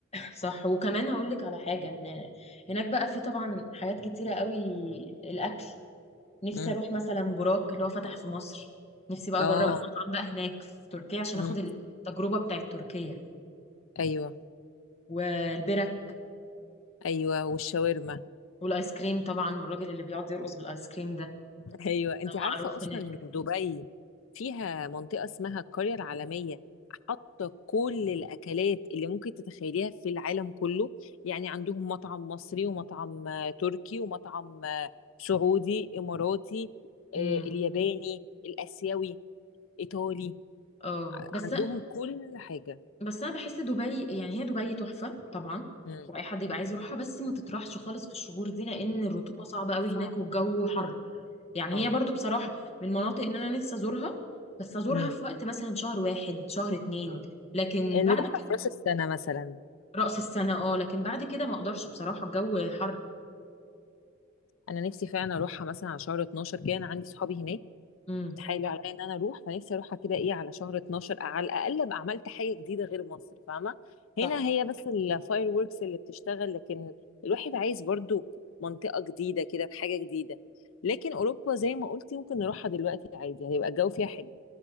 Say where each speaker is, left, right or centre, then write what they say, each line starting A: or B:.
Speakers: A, on the left (about 30°); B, on the left (about 70°).
A: صح وكمان هقول لك على حاجة ان هناك بقى في طبعا حاجات كتيرة قوي الاكل نفسي
B: امم
A: اروح مثلا براك اللي هو فتح في مصر نفسي بقى
B: اه
A: اجرب مطعم بقى هناك في تركيا عشان
B: امم
A: اخد التجربة بتاعت تركيا
B: ايوه
A: والبرك
B: ايوه والشاورما
A: والايس كريم طبعا والراجل اللي بيقعد يرقص بالايس كريم ده
B: ايوه انت
A: ده
B: عارفه
A: معروف
B: اصلا
A: هناك
B: دبي فيها منطقه اسمها القريه العالميه حاطه كل الاكلات اللي ممكن تتخيليها في العالم كله يعني عندهم مطعم مصري ومطعم آه، تركي ومطعم آه، سعودي اماراتي آه،
A: امم
B: الياباني الاسيوي ايطالي
A: اه
B: ع-
A: بس
B: عندهم كل حاجه
A: بس انا بحس دبي يعني هي دبي تحفة طبعا
B: امم
A: واي حد يبقى عايز يروحها بس ما تطرحش خالص في الشهور دي لان الرطوبة صعبة قوي
B: صعبه
A: هناك والجو حر يعني
B: اه
A: هي برضو بصراحة من مناطق ان انا نفسي ازورها بس ازورها
B: امم
A: في وقت مثلا شهر واحد شهر اتنين لكن
B: نروحها
A: بعد كده
B: في راس السنه مثلا
A: رأس السنة اه لكن بعد كده ما اقدرش بصراحة الجو حر
B: انا نفسي فعلا اروحها مثلا على شهر 12 كده انا عندي صحابي هناك
A: امم
B: تحايلوا عليا ان انا اروح فنفسي اروحها كده ايه على شهر 12 على الاقل ابقى عملت حاجه جديده غير مصر فاهمه هنا
A: صح
B: هي بس الفاير ووركس اللي بتشتغل لكن الواحد عايز برضو منطقه جديده كده بحاجه جديده لكن اوروبا زي ما قلتي ممكن نروحها دلوقتي عادي هيبقى الجو فيها حلو